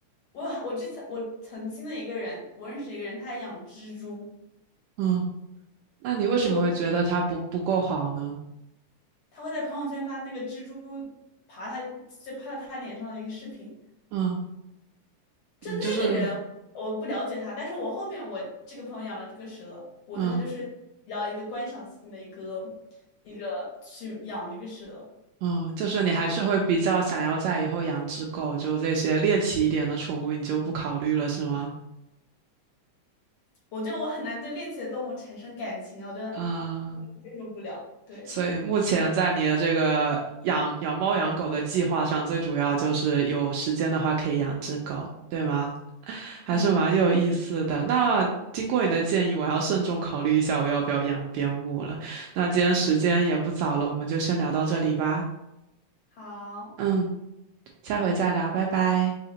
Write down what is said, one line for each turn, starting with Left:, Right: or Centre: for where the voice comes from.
Left: 我我之前我曾经的一个人，我认识一个人，他还养蜘蛛，
Right: 嗯，那你为什么会觉得它不不够好呢？
Left: 就他会在朋友圈发那个蜘蛛爬他就趴在他脸上的一个视频。
Right: 嗯，你就是
Left: 就那个人，我不了解他，但是我后面我这个朋友养了这个蛇，我觉得他就是比较一个观赏性的一个
Right: 嗯。
Left: 一个去养这个蛇。
Right: 嗯，就是你还是会比较想要在以后养只狗，就这些猎奇一点的宠物，你就不考虑了，是吗？
Left: 我觉得我很难对猎奇的动物产生感情啊，我觉得我接受不了。
Right: 啊，
Left: 对，
Right: 所以目前在你的这个养养猫养狗的计划上，最主要就是有时间的话可以养只狗，对吗？<laughs> 还是蛮有意思的。
Left: 嗯，
Right: 那经过你的建议，我要慎重考虑一下我要不要养边牧了。那今天时间也不早了，我们就先聊到这里吧。
Left: 好。
Right: 嗯，下回再聊，拜拜。